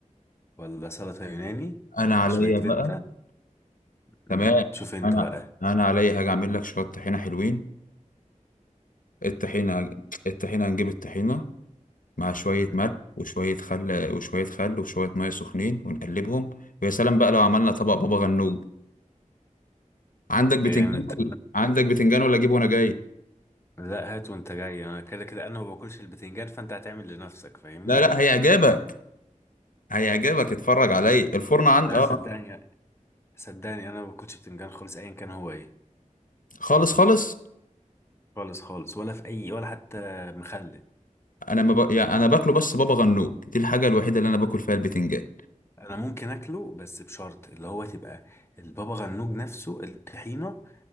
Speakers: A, on the left; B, on the left.
A: ولا سلطه يوناني
B: انا
A: مع
B: عليا
A: شويه فيتا
B: بقى
A: مم.
B: تمام
A: شوف انت
B: انا
A: بقى
B: انا عليا هاجي اعمل لك شويه طحينه حلوين الطحينه الطحينه هنجيب الطحينه مع شويه
A: مم.
B: ملح وشويه خل وشويه خل وشويه ميه سخنين ونقلبهم ويا سلام بقى لو عملنا طبق بابا غنوج عندك بتنجان
A: جامد
B: ولا-
A: ده.
B: عندك بتنجان ولا اجيبه وانا جاي
A: لا هات وانت جاي انا كده كده انا ما باكلش البتنجان فانت هتعمل لنفسك فاهمني
B: لا لا هيعجبك هيعجبك اتفرج عليا الفرن عند
A: لا
B: اه
A: صدقني صدقني انا ما باكلش بتنجان خالص ايا كان هو ايه
B: خالص خالص
A: خالص خالص ولا في اي ولا حتى مخلل
B: انا ما ب... يعني انا باكله بس بابا غنوج دي الحاجه الوحيده اللي انا باكل فيها البتنجان
A: انا ممكن اكله بس بشرط اللي هو تبقى البابا غنوج نفسه الطحينه